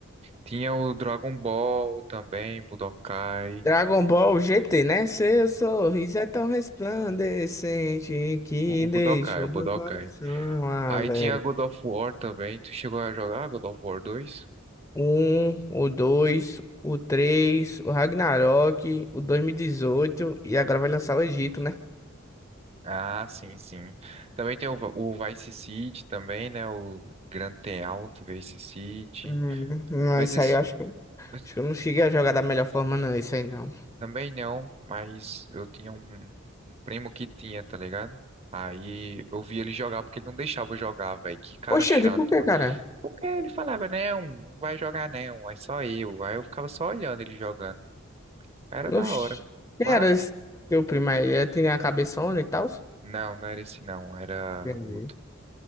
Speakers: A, on the right; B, on the left.
A: Tinha o Dragon Ball também, Budokai.
B: Dragon Ball GT, né? Seu sorriso é tão resplandecente que
A: O, o
B: deixou
A: Budokai, o Budokai.
B: meu coração alegre.
A: Aí tinha God of War também. Tu chegou a jogar God of War 2?
B: Um, o dois, o três, o Ragnarok, o 2018 e dezoito e agora vai lançar o Egito, né?
A: Ah, sim, sim. Também tem o, Va- o Vice City também, né? O Grand Theft Auto Vice City.
B: Hum, não,
A: Mas
B: isso
A: esse
B: aí eu acho.
A: esse
B: Acho
A: eu
B: que eu não
A: não joguei.
B: cheguei a jogar da melhor forma, não, isso aí não.
A: também não, mas eu tinha um, um primo que tinha, tá ligado? Aí eu vi ele jogar porque ele não deixava eu jogar, velho. Que cara
B: Oxente,
A: chato,
B: por que, cara?
A: Porque ele falava, não, não vai jogar não, é só eu. Aí eu ficava só olhando ele jogando. Era da
B: Oxi,
A: hora.
B: quem
A: Mas,
B: era esse teu primo aí? Ele tinha a cabeçona e tal?
A: não, não era esse não, era
B: Entendi.
A: outro.